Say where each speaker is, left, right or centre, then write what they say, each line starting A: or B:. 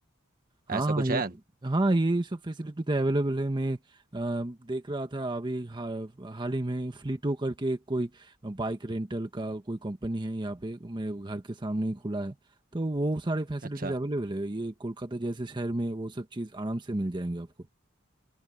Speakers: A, on the right; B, on the right.
A: हाँ
B: ऐसा कुछ
A: हाँ ये
B: है
A: हाँ ये सब फैसिलिटी तो अवेलेबल है मैं अ, देख रहा था अभी हा, हाल ही में फ्लीटो करके कोई बाइक रेंटल का कोई कंपनी है यहाँ पे मेरे घर के सामने ही खुला है तो वो सारे फैसिलिटीज
B: अच्छा
A: अवेलेबल है ये कोलकाता जैसे शहर में वो सब चीज़ आराम से मिल जाएंगे आपको